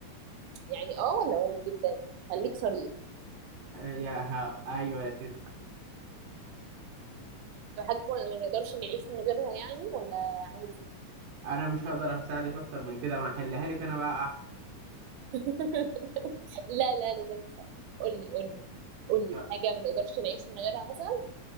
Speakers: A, on the right; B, on the right.
A: يعني اه ولا وارد جدا خليك صريح
B: آه، يا ها ايوه يا ست
A: لو حاجه ما ما نقدرش نعيش من غيرها يعني ولا عادي
B: انا مش هقدر اساعدك اكتر من كده ما احلها لك انا بقى احسن
A: <laughs> لا لا لازم أسأل. قولي قولي قولي
B: يا-
A: حاجه ما نقدرش نعيش من غيرها مثلا